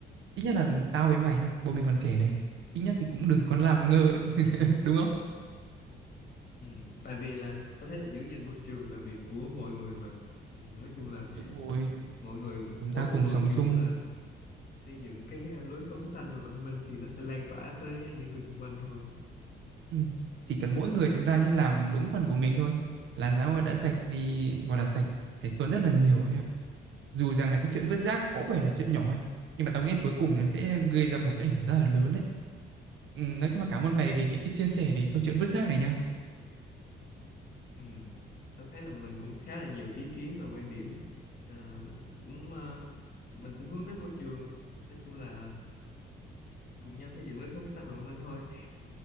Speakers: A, on the right (about 75°); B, on the left (about 50°).
A: Ít nhất là tao với mày á, bọn mình còn trẻ này, ít nhất thì cũng đừng còn làm ngơ ấy, <laughs> đúng không?
B: ừ. tại vì là tao thấy là giữ gìn môi trường là việc của mọi người mà ừ, nói chung là
A: Đúng rồi,
B: mọi người
A: chúng
B: mỗi
A: ta
B: một
A: cùng
B: người
A: sống
B: kiểu
A: chung.
B: như là xây dựng cái lối sống xanh và văn minh thì nó sẽ lan tỏa tới những người xung quanh thôi
A: Ừm, chỉ cần mỗi người chúng ta nhé làm đúng phần của mình thôi là xã hội đã sạch đi, gọi là sạch sạch hơn rất là nhiều ấy ạ. Dù rằng là cái chuyện vứt rác có vẻ là chuyện nhỏ nhưng mà tao nghĩ cuối cùng thì nó sẽ gây ra một cái ảnh hưởng rất là lớn đấy. Ừm, nói chung là cảm ơn mày về những cái chia sẻ về câu chuyện vứt rác này nha.
B: Ừ. Tôi thấy là mình cũng khá là nhiều ý kiến và quan điểm Ờ, cũng ờ, mình cũng hướng tới môi trường nói chung là cùng nhau xây dựng lối sống xanh và văn minh thôi